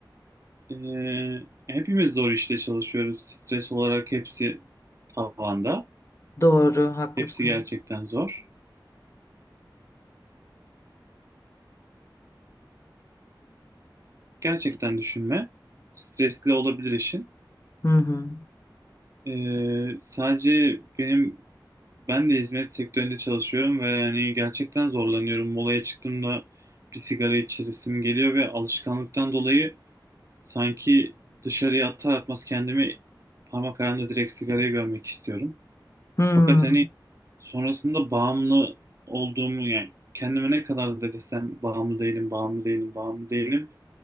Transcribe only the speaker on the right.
Ee, hepimiz zor işte çalışıyoruz. Stres olarak hepsi tavanda.
Hepsi gerçekten zor. Gerçekten düşünme. Stresli olabilir işin.
Ee, sadece benim ben de hizmet sektöründe çalışıyorum ve yani gerçekten zorlanıyorum. Molaya çıktığımda bir sigara içesim geliyor ve alışkanlıktan dolayı Sanki dışarıya atar atmaz kendimi parmaklarımda direkt sigarayı görmek istiyorum.
Fakat hani sonrasında bağımlı olduğumu yani kendime ne kadar da desem bağımlı değilim, bağımlı değilim, bağımlı değilim.